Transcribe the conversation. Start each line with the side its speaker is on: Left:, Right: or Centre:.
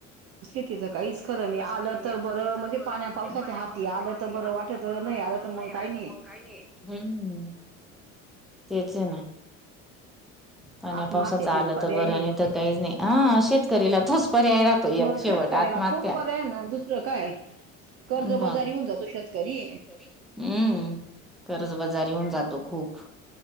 Right: शेतीचं काहीच
Centre: तिथ
Right: खरं
Centre: तर काहीच
Right: नाही आलं
Centre: खरं नाही
Right: तर
Centre: आलं
Right: बरं
Centre: तर
Right: म्हणजे
Centre: बरं
Right: पाण्या
Centre: म्हणजे
Right: पावसाच्या
Centre: पाण्या
Right: हाती
Centre: पावसाच्या
Right: आलं
Centre: हाती
Right: तर बरं
Centre: आलं
Right: वाटत
Centre: तर बरं वाट
Right: आलं
Centre: नाही.
Right: तर मग काही
Centre: ला तर मग काही नाही हम्म तेच आहे ना. पाण्या
Right: आत्महत्याशिवाय
Centre: पावसाच आलं
Right: पर्याय
Centre: तर बरं नाही
Right: मग
Centre: तर काहीच नाही ह शेतकरीला थोस पर्याय.
Right: मजच
Centre: एक शेवट
Right: करेला
Centre: आत्महत्या
Right: तो पर्याय नाुस. क काय कर्जबजारी
Centre: मग
Right: हो जा तो शेतकरी
Centre: हम्म कर्ज बाजार येऊन जातो खूप